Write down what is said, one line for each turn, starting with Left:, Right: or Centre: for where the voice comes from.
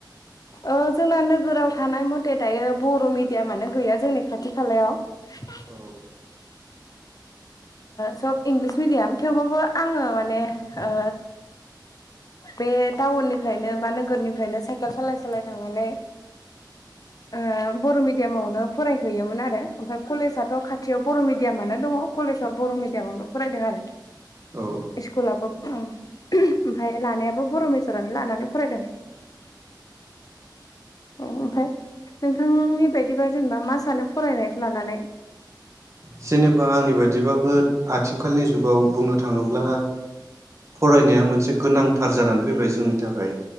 Left: ओ जोंना नोगोराव थानाय मथे दायो बर' मिडियामयानो गैया जोंनि खाथि खालायाव
Right: औ
Left: सब इंलिस मिडियाम थेवबाबो आङो माने ओ बे टाउननिफ्रायनो बा नोगोरनिफ्रायनो साइकेल सालाय सालाय थांनानै ओ बर' मिडियामावनो फरायहैयोमोन आरो ओमफ्राय कलेजाथ खाथियाव बर' मिडियाम आनो दङ कलेज बर' मिडयाम आवनो फरायदों आरो
Right: औ
Left: स्कुलाबो ओमफ्राय लानायाबो बर' मेजरानो लानानै फरायदों औ ओमफ्राय नोंथांनि बायदिबा जेनेबा मा सानो फरायनायखौ लानानै
Right: जेन बा आंनि बायदिबाबो आथिखालनि जुग गाव बुंनो थाङोब्ला फरायनाया मोनसे गोनांथार जानानै फैबाय जोंनि नि थाखाय